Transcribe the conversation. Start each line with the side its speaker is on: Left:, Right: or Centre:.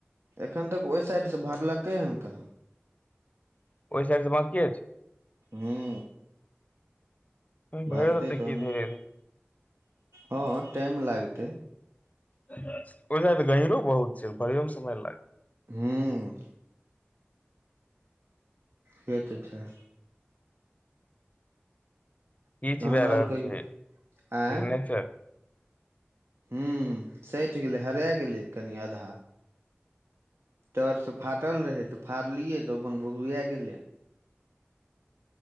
Right: एखन तक ओहि साइडसँ भरलकै हँ कहाँ
Left: ओहि साइड स बाँकीऐ छै
Right: हूँ
Left: भरि
Right: भरतै
Left: देतै
Right: तहने
Left: की धीरे धीरे
Right: हँ टाइम लागतै
Left: ओइ साइड त गहींरो बहुत छै भरियो मे समय लागते
Right: हूँ से तऽ छै
Left: किछु
Right: तहन
Left: भए रहल
Right: आओर कहियौ
Left: छै
Right: आँय
Left: सिग्नेचर
Right: हूँ सठि गेलै हरा गेलै कनि आधा तरसँ फाटल रहै तऽ फाड़लियै तऽ अपन भुभूआ गेलै